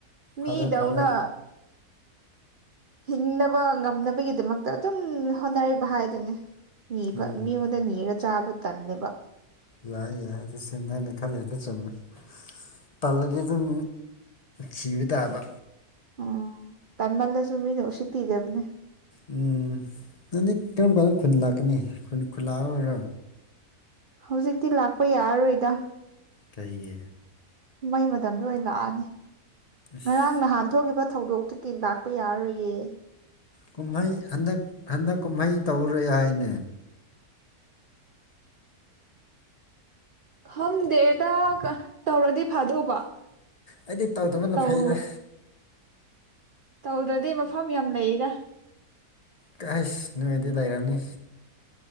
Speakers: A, on the right; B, on the left.
A: ꯅꯤꯗꯧꯅ
B: ꯐꯔꯦ ꯐꯔꯦ
A: ꯍꯤꯡꯅꯕ ꯉꯝꯅꯕꯒꯤꯗꯃꯛꯇ ꯑꯗꯨꯝ ꯍꯣꯠꯅꯔꯤꯕ ꯍꯥꯏꯗꯨꯅꯦ ꯅꯤꯕ
B: ꯎꯝ
A: ꯃꯤꯉꯣꯟꯗ ꯅꯤꯔ ꯆꯥꯕ ꯇꯜꯂꯦꯕ
B: ꯌꯥꯏ ꯌꯥꯏ ꯑꯗꯨ ꯁꯤꯅꯅꯤ ꯈꯜꯂꯤꯗꯤ ꯆꯨꯝꯃꯤ ꯄꯜꯂꯗꯤ ꯑꯗꯨꯝ ꯁꯤꯕ ꯇꯥꯕ
A: ꯎꯝ ꯇꯟꯃꯜꯗꯁꯨ ꯃꯤꯅ ꯎꯁꯤꯠꯄꯤꯗꯕꯅꯦ
B: ꯎꯝ ꯅꯪꯗꯤ ꯀꯔꯝ ꯀꯔꯝꯕ ꯈꯨꯟ ꯂꯥꯛꯀꯅꯤ ꯈꯨꯟ ꯈꯨꯜꯂꯥꯛꯑꯣ ꯑꯣꯏꯔꯣ
A: ꯍꯧꯖꯤꯛꯇꯤ ꯂꯥꯛꯄ ꯌꯥꯔꯔꯣꯏꯗ
B: ꯇꯏꯌꯦ
A: ꯀꯨꯝꯍꯩ ꯃꯇꯝꯗꯣ ꯑꯣꯏꯅ ꯂꯥꯛꯑꯅꯤ
B: ꯑꯁ
A: ꯉꯔꯥꯡ ꯅꯍꯥꯟ ꯊꯣꯛꯈꯤꯕ ꯊꯧꯗꯣꯛꯇꯨꯒꯤ ꯂꯥꯛꯄ ꯌꯥꯔꯣꯏꯌꯦ
B: ꯀꯨꯝꯍꯩ ꯍꯟꯗꯛ ꯍꯟꯗꯛ ꯀꯨꯝꯍꯩ ꯇꯧꯔꯦ ꯍꯥꯏꯅꯦ
A: ꯈꯪꯗꯦꯗ ꯇꯧꯔꯗꯤ ꯐꯥꯗꯧꯕ
B: ꯑꯩꯗꯤ ꯇꯧꯗꯃꯅ
A: ꯇꯧ
B: ꯐꯩꯔꯦ
A: ꯇꯧꯗ꯭ꯔꯗꯤ ꯃꯐꯝ ꯌꯥꯝ ꯂꯩꯗ
B: ꯀꯁ ꯅꯅꯨꯡꯗꯤ ꯂꯩꯔꯝꯅꯤ